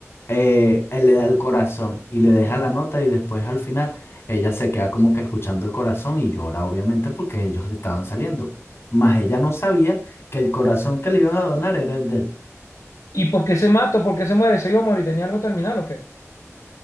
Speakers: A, on the left (about 50°); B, on the left (about 75°).
A: eh, él le da el corazón y le deja la nota y después al final ella se queda como que escuchando el corazón y llora obviamente porque ellos estaban saliendo. Mas ella no sabía que el corazón que le iban a donar era el de él.
B: ¿Y por qué se mata? ¿Por qué se muere? ¿Se iba a morir? ¿Tenía algo terminal o qué?